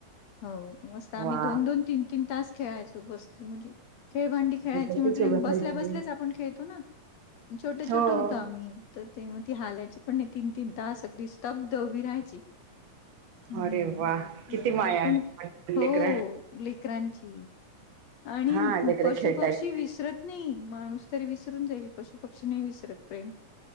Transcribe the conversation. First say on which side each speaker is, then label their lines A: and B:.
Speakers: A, on the left; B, on the right.
A: हो मस्त आम्ही
B: वा!
A: दोन दोन तीन तीन तास खेळायचो बसलो म्हणजे खेळ भांडी खेळायची
B: तशीच
A: म्हटल
B: उभं
A: बसल्या
B: राहायची.
A: बसल्याच आपण खेळतो ना छोटं
B: हो.
A: छोट होतं आम्ही. तर ते मग ती हालायची पण नाही तीन तीन तास अगदी स्तब्ध उभी राहायची. हम्म
B: अरे वा किती माया
A: आपण
B: लेकर
A: हो लेकरांची. आणि
B: हा लेकर
A: पशु
B: खेळतायत
A: पक्षी विसरत नाही माणूस तरी विसरून जाईल पशु पक्षी नाही विसरत प्रेम.